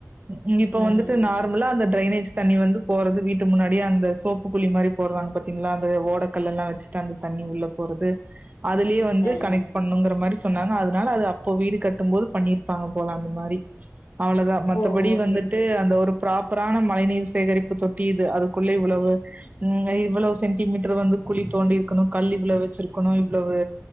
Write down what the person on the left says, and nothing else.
அஹஹ
அஹ
ஓ ஓ சேரி
சேரி